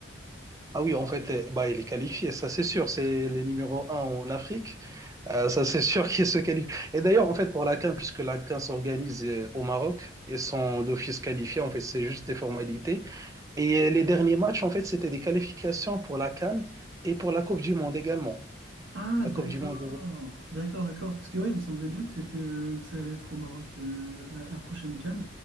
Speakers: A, on the right (about 15°); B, on the right (about 80°).
A: Ah oui, en fait, euh, bah, il est qualifié, ça c'est sûr, c'est le numéro un en Afrique, Euh, ça c'est sûr <laughs> qu'il se qualifie. Et d'ailleurs, en fait, pour la CAN, puisque la CAN s'organise euh, au Maroc et sont d'office qualifiés, en fait, c'est juste des formalités. Et euh, les derniers matchs, en fait, c'était des qualifications pour la CAN et pour la Coupe du Monde également.
B: Ah,
A: La
B: d'accord,
A: Coupe du Monde.
B: d'accord, d'accord. Parce que ouais, il me semblait bien que c'était euh, que ça allait être au Maroc euh, la, la prochaine CAN.